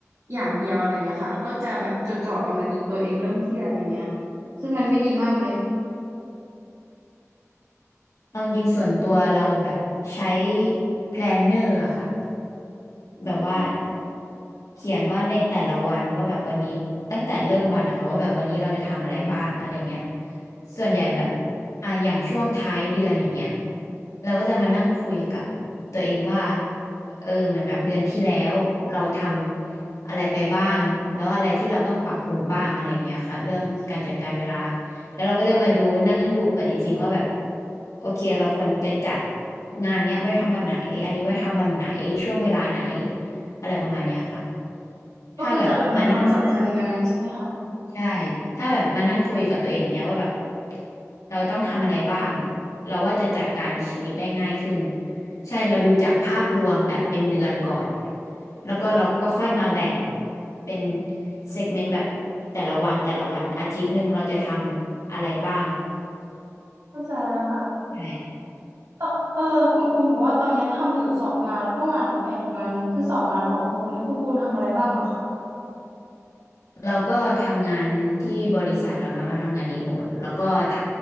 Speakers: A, on the right; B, on the left.
A: อย่างเดียวอะไรเงี้ยค่ะแล้วก็จะแบบจดจ่อกับมันจนตัวเองเริ่มเครียดอะไรเงี้ยซึ่งมันไม่ดีมากเลย
B: เอาจริงๆส่วนตัวเราแบบใช้ planner อร์อะค่ะ
A: อืม
B: แบบว่าเขียนว่าในแต่ละวันว่าแบบวันนี้ตั้งแต่เริ่มวันอะค่ะว่าแบบวันนี้เราจะทำอะไรบ้างอะไรเงี้ยส่วนใหญ่แบบ
A: อ๋อ
B: อ่ะอย่างช่วงท้ายเดือนอย่างเงี้ยเราก็จะมานั่งคุยกับตัวเองว่าเออเหมือนแบบเดือนที่แล้วเราทำอะไรไปบ้างแล้วอะไรที่เราต้องปรับปรุงบ้างอะไรเงี้ยค่ะเรื่องการจัดการเวลา แล้วเราก็จะมาดูนั่งดูปฏิทินว่าแบบโอเคเราควรจะจัดงานเนี้ยไว้ทำวันไหนอันนี้ไว้ทำวันไหนช่วงเวลาไหนอะไรประมาณเนี้ยค่ะ
A: ก็คือจัดลำดับความสำคัญงานใช่ไหมคะ
B: ถ้าแบบมานั่งใช่ถ้าแบบมานั่งคุยกับตัวเองเนี้ยว่าแบบเราต้องทำอะไรบ้างเราว่าจะจัดการชีวิตได้ง่ายขึ้นใช่เราดูจากภาพรวมแบบเป็นเดือนก่อนแล้วก็เราก็ค่อยมาแบ่งเป็นเซกเมนต์แบบแต่ละวันแต่ละวันอาทิตย์หนึ่งเราจะทำอะไรบ้าง
A: เข้าใจแล้วค่ะ
B: ใช่
A: เออเออคุณปูนบอกว่าตอนเนี้ยทำอยู่สองงานแล้วก็งานของแฟนอีกงานหนึ่งคือสองงานของคุณปูนนี่คุณปูนทำอะไรบ้างเหรอคะ
B: เราก็ทำงานที่บริษัทเราเนาะเราทำงานรีโมทแล้วก็ท